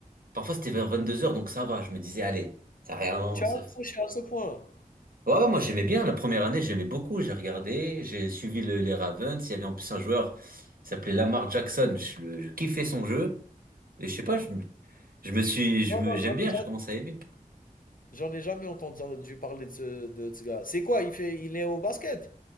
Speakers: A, on the right (about 75°); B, on the left (about 70°).
A: Parfois c'était vers vingt-deux heures donc ça va. Je me disais, allez, ça rien.
B: Tu as tu as
A: ça-
B: accroché à ce point?
A: Ouais, ouais, moi j'aimais bien. La première année, j'aimais beaucoup. J'ai regardé, j'ai suivi le- les Ravens. Il y avait en plus un joueur qui s'appelait Lamar Jackson. Je, le- je kiffais son jeu. Et je sais pas, je, me- je me suis, je
B: Non,
A: me,
B: non,
A: j'aime
B: j'en
A: bien,
B: ai ja
A: je commence à aimer.
B: j'en ai jamais entendu parler de ce de ce gars. C'est quoi? Il fait il est au basket?